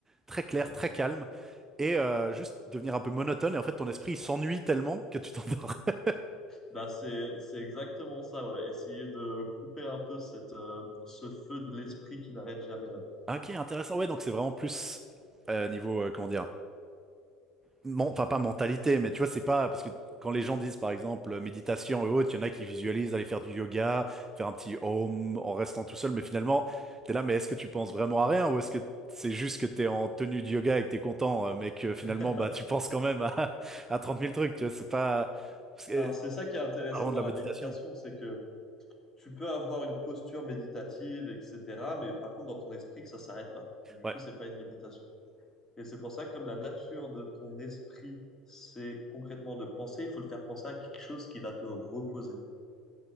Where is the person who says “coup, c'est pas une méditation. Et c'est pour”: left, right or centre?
Left